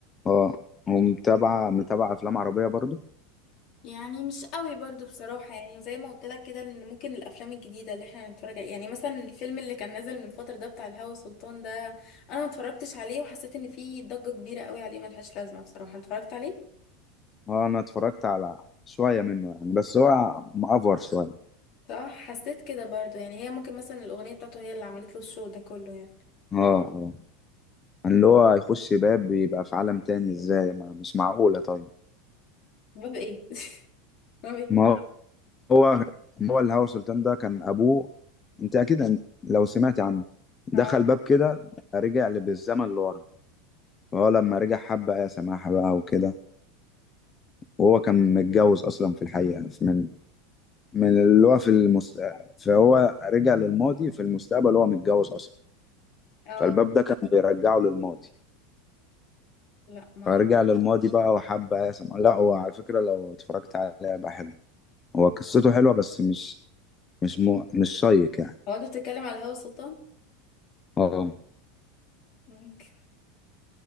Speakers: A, on the left; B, on the left.
A: اه ومتابعة متابعة أفلام عربية برضو
B: يعني مش قوي برضو بصراحة يعني زي ما قلت لك كده ان ممكن الافلام الجديدة اللي احنا نتفرج عليها يعني مثلا الفيلم اللي كان نازل من فترة ده بتاع الهوى سلطان ده انا ما اتفرجتش عليه وحسيت ان فيه ضجة كبيرة قوي عليه ملهاش لازمة بصراحة أنت اتفرجت عليه
A: اه أنا اتفرجت على شوية منه يعني بس هو مأفور شوية
B: صح حسيت كده برضو يعني هي ممكن مثلا الاغنية بتاعته هي اللي عملت له الشو ده كله يعني
A: اه اه اللي هو هيخش باب بيبقى في عالم تاني ازاي ما مش معقولة طيب
B: باب ايه باب ايه
A: ما هو هو الهوى سلطان ده كان ابوه انت اكيد انت لو سمعت عنه
B: <laughs>
A: دخل
B: اه
A: باب كده رجع بالزمن لورا فهو لما رجع حب ايه سماحة بقى وكده وهو كان متجوز اصلا في الحقيقة في- من من اللي هو في المست... فهو رجع للماضي في المستقبل وهو متجوز اصلا
B: اه
A: فالباب ده كان بيرجعه للماضي
B: لا ما
A: فرجع للماضي بقى وحب ايه سماحة لا هو على فكرة لو اتفرجت عليه بقى حلو هو قصته حلوة بس مش مش مو... مش شيق يعني
B: هو انت بتتكلم على الهوى سلطان
A: اه
B: ممكن